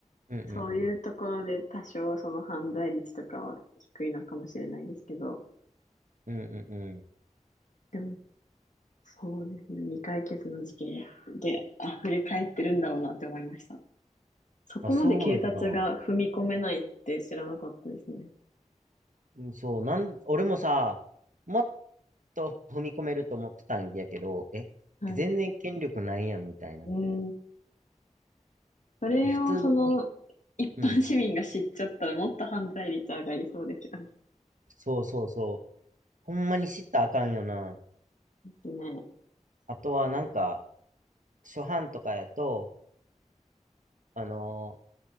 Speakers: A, on the right (about 70°); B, on the left (about 65°).
A: うん、
B: そういうところで多少その犯罪率とかは低いのかもしれないですけど、
A: うん、うん、うん。うん
B: でも、そうですね、未解決の事件で溢れ返ってるんだろうなって思いました。そこまで警察が踏み込めないって知らなかったですね。
A: まあ、そうよな。うんそう、なん、俺もさ、もっと踏み込めると思ってたんやけど、え、
B: はい。
A: 全然権力ないやん、みたいな。
B: うん。それをその、
A: で、普通に、
B: 一般市民が知っちゃったらもっと犯罪率上がりそうですよ
A: うん、そうそうそう。ほんまに知ったらあかんよな。
B: ね。ね。
A: あとは、なんか、初版とかやと、あのー